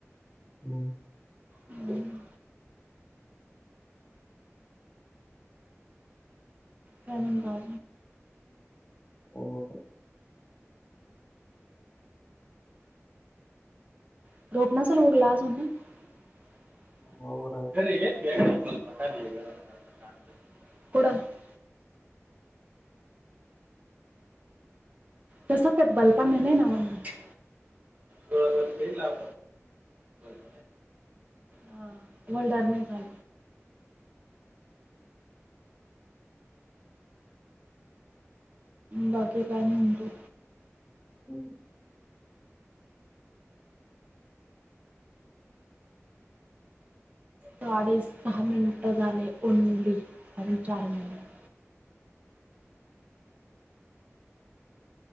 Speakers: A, on the left; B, on the right.
A: होम्.
B: हम. काय म्हणतो आ.
A: हो.
B: <unintelligible>
A: हम्म, उभं राहिलं.
B: <unintelligible> तस ते बल पण आहे नावानं. बर <unintelligible> हा मंडळात नाही झाचाल. बाकी काय म्हणतो.
A: हम.
B: साडे सहा मिनिट झाले, ओनली आणि चार मिनट.